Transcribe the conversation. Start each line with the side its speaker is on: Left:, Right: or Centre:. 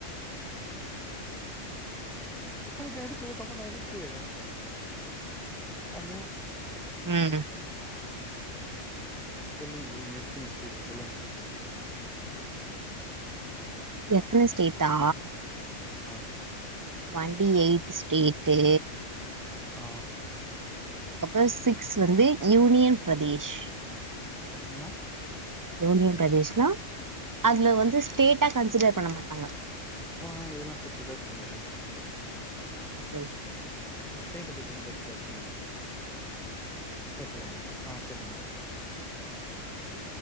Centre: அதுக்கடிச்சவு கமனா இருக்கு ஆனா
Right: ம்
Centre: சொல்லுங்க சொல்லுங்க எத்தனி ஸ்டேட்டு சொல்லுங்க
Right: எத்தன ஸ்டேட்டா
Centre: ஆ
Right: வண்டி எயிட்டு ஸ்டேட்டு
Centre: ஆ
Right: கப்ற சிக்ஸ் வந்து யூனியன் பிரதேஷ்
Centre: அப்டின்னா
Right: யூனியன் பிரதேஷ்னா அத்ல வந்து ஸ்டேட்டா கன்சிடர் பண்ண மாட்டாங்க
Centre: ஆ இதெல்லா பத்தி பேசக்கூடாது
Right: ஓகே ஓக்
Centre: ஸ்டேட்ட பத்திலா பேசக்கூடாத்தானே பேசலாமா ஆ சொல்லுங்க